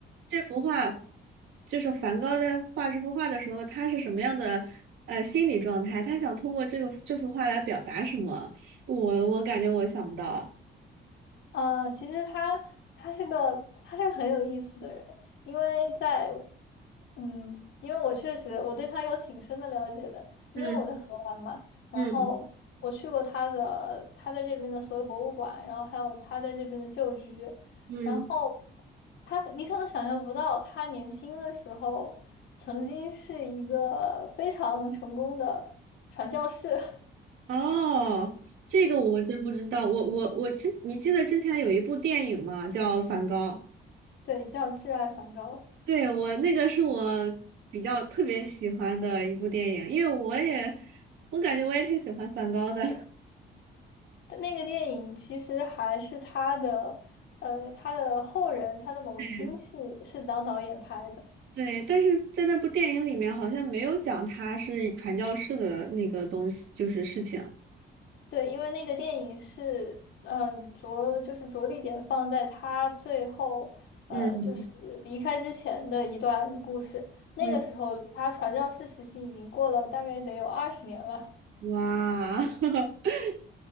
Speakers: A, on the right; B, on the left.
A: 这幅画，就是梵高在画这幅画的时候，他是什么样的呃心理状态？他想通过这个这幅画来表达什么？我我感觉我想不到。
B: 呃，其实他他是个他是个很有意思的人，因为在嗯，因为我确实我对他有挺深的了解的，因为我在荷兰嘛，
A: 嗯
B: 然后我去过他的他在这边的所有博物馆，
A: 嗯
B: 然后还有他在这边的旧居，
A: 嗯，
B: 然后他你可能想象不到，他年轻的时候曾经是一个非常成功的传教士，
A: 哦，这个我真不知道。我我我之，你记得之前有一部电影吗？叫《梵高》。
B: <laughs> 对，叫挚爱梵高。
A: 对，我那个是我比较特别喜欢的一部电影，因为我也，我感觉我也挺喜欢梵高的。
B: 那个电影其实还是他的，呃，他的后人，他的某个亲戚是当导演拍的。
A: <laughs> 对，但是在那部电影里面好像没有讲他是传教士的那个东西，就是事情。
B: 对，因为那个电影是，嗯，着就是着力点放在他最后，呃，
A: 嗯
B: 就是离开之前的一段故事。那个时候离他传教士时期已经过了大概得有二十年了。
A: 嗯，哇，<laughs>